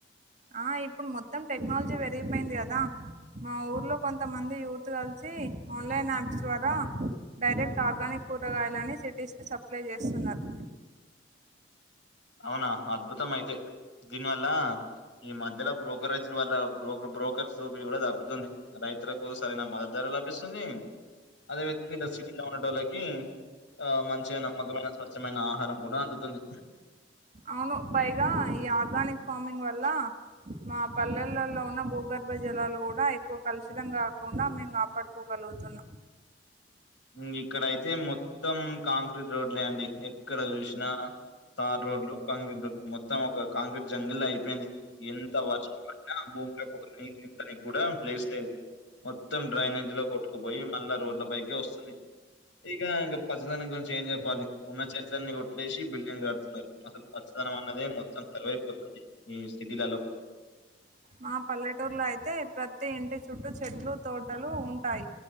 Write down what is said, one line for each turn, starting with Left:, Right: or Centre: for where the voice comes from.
Right: ఆ ఇప్పుడు మొత్తం టెక్నాలజీ పెరిగిపోయింది కదా మా ఊర్లో కొంతమంది యూత్ కలిసి ఆన్లైన్ యాప్స్ ద్వారా డైరెక్ట్ ఆర్గానిక్ కూరగాయలని సిటీస్కి సప్లై చేస్తున్నారు
Left: అవునా అద్భుతం అయితే దీనివల్ల ఈ మధ్యలో బ్రోకరేజ్ వల్ల బ్రోక బ్రో బ్రోకర్స్ దోపిడీ కూడా తప్పుతుంది రైతులకు సరైన మద్దతు ధర లభిస్తుంది అదేవిధంగా ఇట్లా సిటీలో ఉండేటోళ్ళకి ఆ మంచిగా నమ్మకమైన స్వచ్ఛమైన ఆహారం కూడా అందుతుంది
Right: అవును పైగా ఈ ఆర్గానిక్ ఫార్మింగ్ వల్ల మా పల్లెలలో ఉన్న భూగర్భ జలాలు కూడా ఎక్కువ కలుషితం కాకుండా మేము కాపాడుకోగలు తున్నాం
Left: <inaudible> ఇక్కడయితే మొత్తం కాంక్రీట్ రోడ్లే అండి ఎక్కడ చూసినా తార్ రోడ్లు కాంక్రీట్ రోడ్లు మొత్తం ఒక కాంక్రీట్ జంగల్ అయిపోయింది ఎంత వర్షం పడ్డా భూమిలోకి నీళ్లు ఇనుకనీకి కూడా ప్లేస్ లేదు మొత్తం డ్రైనేజ్ లో కొట్టుకుపోయి మళ్ళా రోడ్లపైకే వస్తుంది ఇగా పచ్చదనం గురించి ఏం చెప్పాలి ఉన్న చెట్లన్నీ కొట్టలేసి బిల్డింగ్ కడుతున్నారు అసలు పచ్చదనం అన్నదే మొత్తం కరువైపోతుంది ఈ సిటీలలో
Right: మా పల్లెటూరులో అయితే ప్రతి ఇంటి చుట్టూ చెట్లు తోటలు ఉంటాయి